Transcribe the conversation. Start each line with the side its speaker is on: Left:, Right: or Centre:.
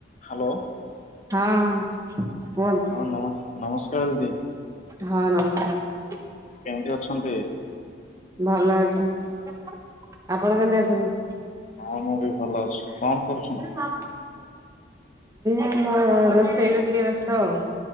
Left: Hello
Right: ହଁ କୁହ
Left: ହଁ ନମ ନମସ୍କାରେ ଦିଦି।
Right: ହଁ ନମସ୍କାରେ।
Left: କେମିତି ଅଛନ୍ତି?
Right: ଭଲ ଅଛି ଆପଣ କେମିତି ଅଛନ୍ତି?
Left: ହଁ ମୁଁବି ଭଲ ଅଛି କଣ କରୁଛନ୍ତି?
Right: ଏଇ ଆମ ରୋଷେଇରେ ଟିକେ ବ୍ୟସ୍ତ ଆଉ।